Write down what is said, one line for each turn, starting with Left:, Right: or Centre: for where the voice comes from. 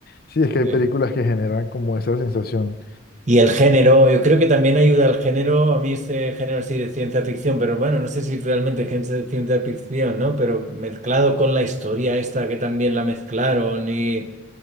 Left: Sí, es que
Right: Sí.
Left: hay películas que generan como esa sensación.
Right: Y el género, yo creo que también ayuda al género, a mí este género sí de ciencia ficción, pero bueno, no sé si realmente es ciencia ciencia ficción, ¿no? Pero mezclado con la historia esta que también la mezclaron y,